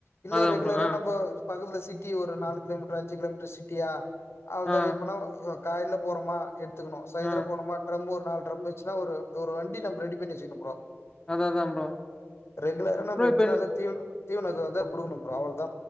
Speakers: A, on the left; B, on the left.
A: இல்ல
B: அதா
A: ரெகுலரா
B: ப்ரோ ஆ
A: நம்போ பக்கத்துல சிட்டி ஒரு நாலு கிலோமீட்டரு அஞ்சு கிலோமீட்டரு சிட்டியா அதா
B: ஆ
A: எப்பனா காயில போறோமா எடுத்துக்கணு சாயந்திர
B: ஆ
A: போனுமா ட்ரம் ஒரு நால ட்ரம் வச்சுன்னா ஒரு ஒரு வண்டி நம்ம ரெடி பண்ணி வச்சுக்கணு ப்ரோ
B: அதா அதா ப்ரோ
A: ரெகுலரா நம்ம
B: ப்ரோ
A: எடுத்துணு
B: இப்ப
A: அந்த தீவன தீவனுக்கு வந்து குடுக்கணு ப்ரோ அவளதா